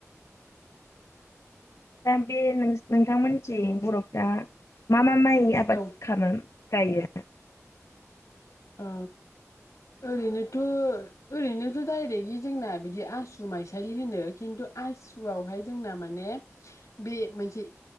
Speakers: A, on the left (about 70°); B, on the left (about 85°).
A: दा बे नोंथांमोननि थिं बर'फ्रा मा मा? माइ आबाद
B: औ
A: खालामो। गायो
B: औ ओरैनोथ' ओरैनोथ' डाइरेक्टलि जोंना बिदि आसु माइसालि होनो खिन्थु आसुआवहाय जोंना माने बे मोनसे